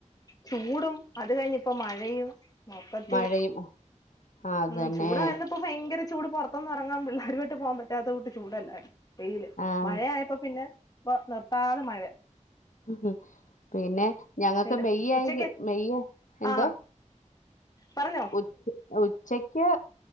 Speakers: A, on the left (about 30°); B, on the left (about 80°).
A: ചൂടും അത് കഴിഞ്ഞിപ്പംമഴയും മൊപ്പത്തി
B: മഴയും ആഹ് അതന്നെ
A: ഉം ചൂടായിര്ന്നപ്പോ ഫയങ്കര ചൂട് പൊറത്തൊന്നും എറങ്ങാൻ പിള്ളേരുവായിട്ട് പോവുമ്പത്തേത്ത് <unintelligible> ചൂടല്ലേ പെയില്
B: ആഹ്
A: മഴയായപ്പൊ പിന്നെ ഇപ്പൊ നിർത്താതെ മഴാ
B: ഉം ഉം പിന്നെ ഞങ്ങക്ക്
A: പിന്നെ
B: മെയ്യായിക്
A: ഉച്ചക്ക്
B: മെയ്യ്എന്തോ
A: ആ പറഞ്ഞോ
B: ഉച് ഉച്ചക്ക്